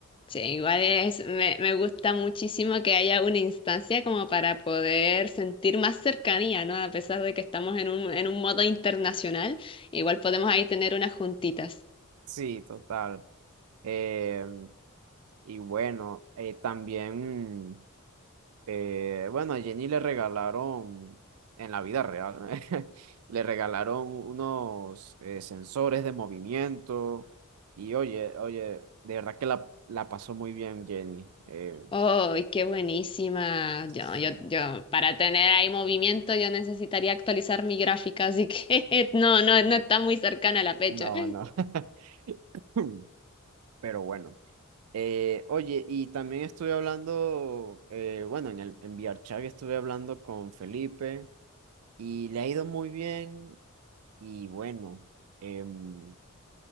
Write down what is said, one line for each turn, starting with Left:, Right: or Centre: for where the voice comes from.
Left: Sí, igual es, me, me gusta muchísimo que haya una instancia como para poder sentir más cercanía, ¿no? A pesar de que estamos en un, en un modo internacional, igual podemos ahí tener unas juntitas.
Right: Sí, total. Eh, y bueno, eh, también, eh, bueno, a Jenny le regalaron, en la vida real, <laughs> le regalaron unos eh, sensores de movimiento. Y oye, oye, de verdad que la, la pasó muy bien Jenny. Eh,
Left: ¡Oh, qué buenísima!
Right: sí.
Left: Yo, yo, yo, para tener ahí movimiento yo necesitaría actualizar mi gráfica, así que <laughs> no, no, no está muy cercana la fecha.
Right: No, no. <laughs> <laughs> Pero bueno. Eh, oye, y también estuve hablando, eh, bueno, en el en VRChat estuve hablando con Felipe y le ha ido muy bien. Y bueno, em,